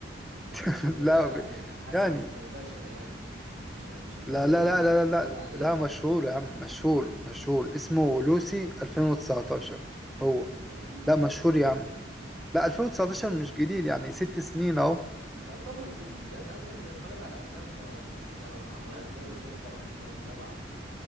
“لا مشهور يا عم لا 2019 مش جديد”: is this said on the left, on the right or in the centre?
Centre